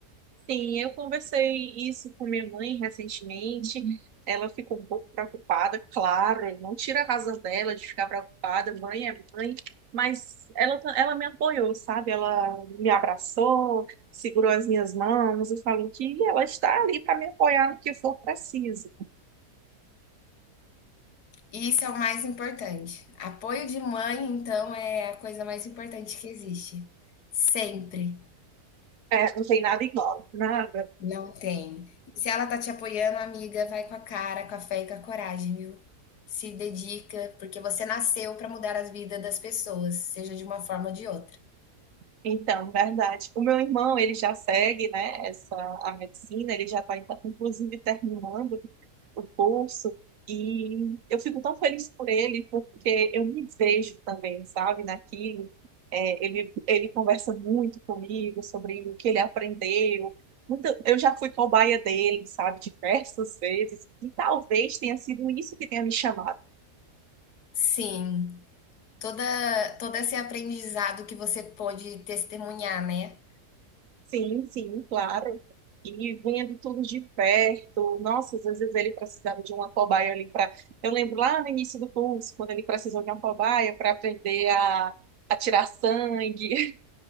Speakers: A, on the right (about 60°); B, on the left (about 80°).
A: sim, eu conversei isso com minha mãe recentemente. Ela ficou um pouco preocupada, claro, não tira a razão dela de ficar preocupada, mãe é mãe, mas ela, ta- ela me apoiou, sabe? Ela me abraçou, segurou as minhas mãos e falou que ela está ali para me apoiar no que for preciso.
B: Isso é o mais importante. Apoio de mãe, então, é a coisa mais importante que existe. Sempre.
A: É, não tem nada igual, nada.
B: Não tem. E se ela tá te apoiando, amiga, vai com a cara, com a fé e com a coragem, viu? Se dedica, porque você nasceu pra mudar as vidas das pessoas, seja de uma forma ou de outra.
A: Então, verdade. O meu irmão, ele já segue, né, essa a medicina, ele já está inclusive terminando o curso e eu fico tão feliz por ele porque eu me vejo também, sabe, naquilo. É, ele ele conversa muito comigo sobre o que ele aprendeu. Muita- eu já fui cobaia dele, sabe, diversas vezes e talvez tenha sido isso que tenha me chamado
B: Sim, toda todo esse aprendizado que você pôde testemunhar, né?
A: Sim, sim, claro. E vinha de tudo de perto. Nossa, às vezes ele precisava de uma cobaia ali para. Eu lembro lá no início do curso, quando ele precisou de uma cobaia para aprender a, a tirar sangue. <laughs>